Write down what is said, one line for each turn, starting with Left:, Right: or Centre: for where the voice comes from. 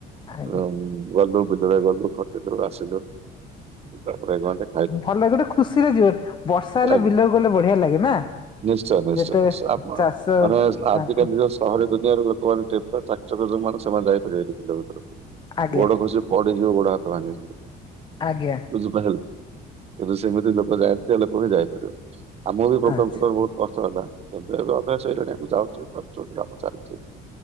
Left: ଆଜ୍ଞା।
Right: ଆଉ ଗଲୁ ବିଲରେ ଗଲୁ ଖଟିଲୁ ଆସିଲୁ। ତାପରେ ଗଣ୍ଡେ
Left: ଭଲ ଲାଗେ ଗୋଟେ ଖୁସିରେ ଯିବ ବର୍ଷା ହେଲେ
Right: ଆଜ୍ଞା
Left: ବିଲକୁ ଗଲେ ବଢିଆ ଲାଗେ ନା?
Right: ନିଶ୍ଚୟ ନିଶ୍ଚୟ
Left: ଯେତେବେଳେ
Right: ନିଶ୍ଚୟ ଆପଣ
Left: ଚାଷ
Right: ମାନେ ଆଜି
Left: ଆକୁ
Right: କାଲି ଯୋଉ ସହରୀ ଦୁନିଆର ଲୋକମାନେ <unintelligible> ଯୋଉ ମାନେ ସେମାନେ ଯାଇପାରିବେନି ବିଲ ଭିତରକୁ
Left: ଆଜ୍ଞା
Right: ଗୋଡ ଖସି ପଡିଯିବେ ଗୋଡହାତ ଭାଙ୍ଗି ଯିବ।
Left: ଆଜ୍ଞା।
Right: ବୁଝିପାଇଲେ କିନ୍ତୁ ସେମିତି ଲୋକ ଯାଣିଥିବା ଲୋକ ବି ଯାଇପାରିବ। ଆମକୁ ବି ପ୍ରଥମେ
Left: ଆଚ୍ଛା
Right: ପ୍ରଥମେ ବହୁତ କଷ୍ଟ ହେଲା କିନ୍ତୁ ଏବେ ଅଭ୍ୟାସ ହେଇଗଲାଣି ଆମ ଯାଉଚୁ, କରୁଚୁ, କାମ ଚାଲିଚି।